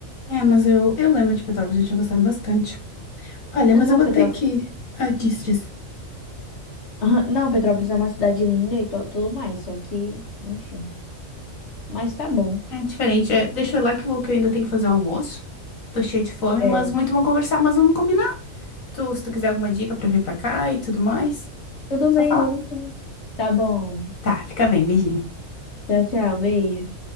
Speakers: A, on the left; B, on the left.
A: É, mas eu, eu lembro de Petrópolis, eu tinha gostado bastante. Olha,
B: Ah,
A: mas
B: não,
A: eu vou
B: Petrópolis.
A: ter que... Ah, disse, disse.
B: <laughs> Não, Petrópolis é uma cidade linda e to- tudo mais, só que, enfim. Mas tá bom.
A: É diferente. É, deixa eu ir lá que eu, vou- que eu ainda tenho que fazer o almoço. Tô cheia de fome,
B: É.
A: mas muito bom conversar, mas vamos combinar. Tu, se tu quiser alguma dica pra vir pra cá e tudo mais,
B: Tudo
A: só
B: bem,
A: falar.
B: vamos sim. Tá bom.
A: Tá, fica bem, beijinho.
B: Tchau, tchau. Beijo.